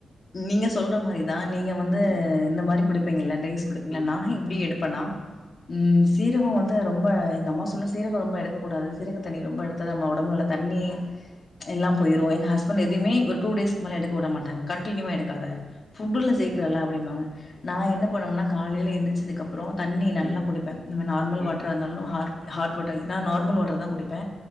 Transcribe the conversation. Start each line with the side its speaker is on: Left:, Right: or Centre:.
Left: நீங்க சொல்ற மாரிதா நீங்க வந்து
Centre: ம்
Left: இந்த மாரி குடிப்பீங்கல்ல டிரீங்ஸ் குடுப்பீங்கள்ல
Centre: ம்
Left: நா எப்டி எடுப்பேனா ம் சீரகோ போது ரொம்ப எங்க அம்மா சொல்லு சீரகம் ரொம்ப எடுக்க கூடாது சீரக தண்ணி ரொம்ப எடுத்த நம்ம ஒடம்பு உள்ள தண்ணி எல்லா போயிரு எங்க ஹஸ்பண்ட் எதுமே ஒரு டூ டேஸ்க்கு மேல எடுக்க உட மாட்டாங்க கண்டினியூவா எடுக்காத ஃபுட்ல
Centre: ஓகே
Left: சேக்கிறல்ல
Centre: ஓகே
Left: அப்டிம்பாங்க நா என்ன பண்ணும்ன்னா காலேல எந்திச்சுதுக்கப் அப்றோ தண்ணி நல்லா
Centre: ம்
Left: குடுப்பே நம்ம மார் நார்மல்
Centre: ம்
Left: வாட்ரா இருந்தாலு ஹார் ஹாட் வாட்டர் நா நார்மல் வாட்டர் தா குடிப்பே